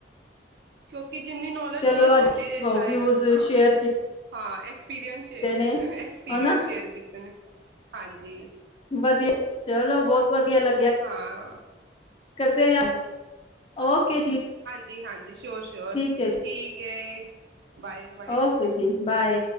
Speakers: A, on the right (about 60°); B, on the left (about 30°).
A: <unintelligible> ਕਿ ਜਿੰਨੀ ਨੌਲੇਜ
B: ਚਲੋ
A: ਉਹਨਾਂ ਨੂੰ
B: ਅੱਜ
A: ਆਉਂਦੀ ਹੈ ਸ਼ਾਇਦ
B: ਵਿਊਜ਼
A: ਹਾਂ
B: ਸ਼ੇਅਰ
A: ਹਾਂ ਐ ਪਸ
B: ਕੀਤੇ ਨੇ
A: ਐਕਸਪੀਰੀਅੰਸ
B: ਹਨਾ
A: ਸ਼ੇਅਰ ਕੀਤੇ ਨੇ ਹਾਂਜੀ
B: ਵਧੀਆ ਚਲੋ ਬਹੁਤ ਵਧੀਆ ਲੱਗਿਆ
A: ਹਾਂ
B: ਕਰਦੇ ਓਕੇ ਜੀ
A: ਜੀ ਹਾਂਜੀ ਸ਼ਓਰ ਸ਼ਓਰ
B: ਠੀਕ ਹੈ ਜੀ
A: ਠੀਕ ਹੈ ਬਏਰ ਬਏਰ
B: ਓਕੇ ਜੀ ਬਾਏ